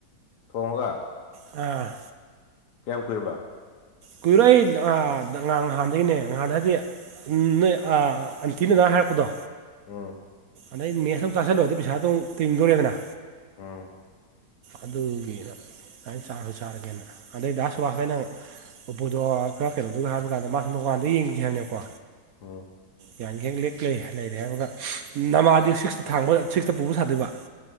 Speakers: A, on the left; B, on the right.
A: ꯊꯣꯡꯂꯥ
B: ꯑꯥ
A: ꯀꯦꯝ ꯀ
B: ꯀꯨꯏꯔꯛ ꯑꯩ ꯉꯥꯡ ꯅꯍꯥꯟꯗꯒꯤꯅꯦ ꯉꯍꯥꯟ ꯍꯥꯏꯗꯤ ꯎꯝ ꯅꯣꯏ ꯑꯟꯇꯤꯅ ꯅ ꯍꯥꯏꯔꯛꯄꯗꯣ
A: ꯎ
B: ꯑꯗꯩ ꯃꯦꯠꯁ ꯑꯃꯝ ꯆꯥꯁꯤꯜꯂꯣꯑꯣ ꯑꯗꯨ ꯄꯩꯁꯥꯗꯝ ꯇꯤꯡꯗꯣꯔꯦꯗꯅ
A: ꯎꯝ
B: ꯑꯗꯨꯒꯤꯅ ꯅꯥꯏꯩꯅ ꯆꯥꯔꯁꯨ ꯆꯥꯔꯒꯦꯅ ꯑꯗꯩ ꯗꯥꯁꯨ ꯋꯥꯈꯦ ꯅꯪ ꯑꯣꯞꯄꯣꯗꯣ ꯀꯩꯅꯣꯗꯨꯒ ꯍꯥꯏꯕ ꯀꯥꯟꯗ ꯃꯥꯁ ꯃꯄꯥꯟꯗ ꯌꯦꯡꯈꯤꯈꯤꯕ ꯍꯥꯏꯕꯅꯦꯀꯣ
A: ꯑꯣ
B: ꯌꯥꯡ ꯍꯦꯡ ꯂꯦꯛꯂ ꯂꯩꯔꯦ ꯍꯥꯏꯕꯒ ꯅꯃꯥꯗꯤ ꯁꯤꯛꯁꯇ ꯊꯥꯡꯕ ꯁꯤꯛꯁꯇ ꯄꯨꯕ ꯁꯥꯗꯣꯏꯕ